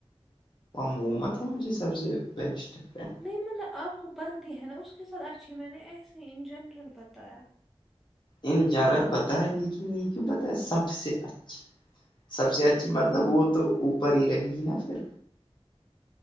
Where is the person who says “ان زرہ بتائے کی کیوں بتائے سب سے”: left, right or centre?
Left